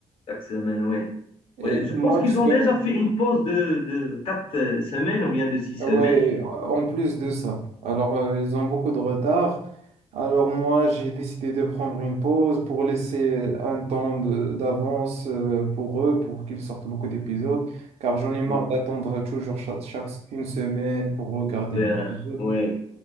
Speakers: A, on the left; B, on the right.
A: Chaque semaine, oui.
B: Et
A: Oui, je
B: moi,
A: pense qu'ils
B: je suis
A: ont déjà fait une pause de, de quatre euh, semaines ou bien de six semaines.
B: Ouais,
A: je-
B: en plus de ça. Alors, euh, ils ont beaucoup de retard. Alors, moi, j'ai décidé de prendre une pause pour laisser un temps de- d'avance euh, pour eux, pour qu'ils sortent beaucoup d'épisodes, car j'en ai marre
A: Mm.
B: d'attendre toujours chaque, chaque- une semaine pour regarder
A: Oui,
B: un
A: euh,
B: épisode.
A: oui.